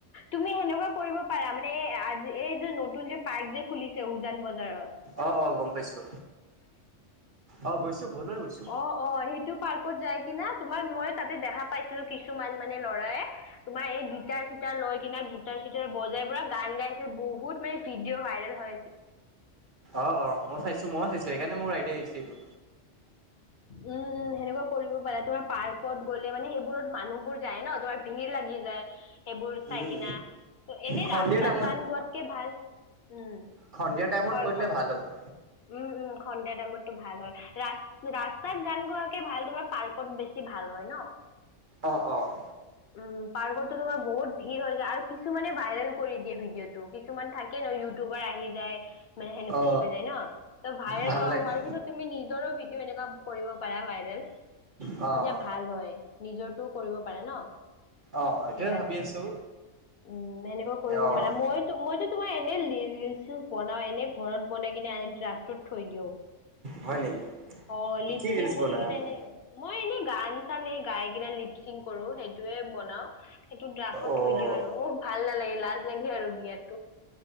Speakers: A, on the left (about 60°); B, on the right (about 50°).
A: তুমি সেনেকুৱা কৰিব পাৰা। মানে আজি এই যে নতুন যে পাৰ্ক যে খুলিছে উজান বজাৰত।
B: অ অ গম পাইছো অ গৈছো বহুত বাৰ গৈছো
A: অ অ সেইটো পাৰ্কত যাই কিনা তোমাৰ মই তাতে দেখা পা পাইছিলো কিছুমান মানে লৰা তোমাৰ এই গিটাৰ চিটাৰ লৈ কি গিটাৰ চিটাৰ বজাই পৰা গান গাইছে বহুত মানে ভিডিঅ' ভাইৰেল হৈ আছে
B: অ অ মই চাইছো ময়ো চাইছো সেইকাৰণে
A: উম,
B: মোৰ আইডিয়া আহিছে এইটো
A: উম, সেনেকুৱা কৰিব পাৰে তোমাৰ পাৰ্কত গ'লে মানে সেইবোৰত মানুহবোৰ যায় ন তোমাৰ ভিৰ লাগি যায় সেইবোৰ চাই
B: উম
A: কিনা ত এনে
B: সন্ধিয়া
A: ৰাস্তাত
B: টাইমত
A: গান গোৱাতকে ভাল উম,
B: সন্ধিয়া টাইমত
A: হয়,
B: কৰিলে
A: হয়,
B: ভাল হ'ব
A: উম উম সন্ধিয়া টাইমতটো ভাল হয় ৰা ৰাস্তাত গান গোৱাকে ভাল তোমাৰ পাৰ্কত বেছি ভাল হয় হয় ন
B: অঁ অঁ
A: উম পাৰ্কতো তোমাৰ বহুত ভিৰ হৈ যায় আৰু কিছুমানে ভাইৰেল কৰি দিয়ে ভিডিঅ' টো কিছুমান থাকে ন ইউটিউবাৰ আহি যায় মানে সেনেকুৱা
B: অ
A: হৈ যায় ন। ত ভাইৰেল
B: ভাল
A: হোৱাৰ
B: লাগে
A: পিছত তুমি নিজৰো ভিডিঅ' এনেকুৱা কৰিব পাৰা ভাইৰেল তেতিয়া
B: অ',
A: ভাল হয় নিজৰটো কৰিব পাৰে ন।
B: অ এইটোয়ে
A: সেইকাৰণে
B: ভাবি আছো।
A: উম এনেকুৱা কৰিব
B: অ',
A: পাৰা মই মইতো তোমাৰ এনেই ৰিল চিলছ বনাও এনে ঘৰত বন কিনে ড্ৰাফটোত থৈ দিওঁ
B: হয় নেকি?
A: অ লিপচিং
B: কি ৰিলচ
A: কৰি
B: বনাই
A: কিনেই
B: আপুনি?
A: এনেই মই এনেই গান চান এই গাই ক লিপচিং কৰো সেইটোয়ে বনাও সেইটো ড্ৰাফ্ত
B: অ',
A: থৈ দিও আৰু ভাল নালাগে লাজ লাগে আৰু দিয়াত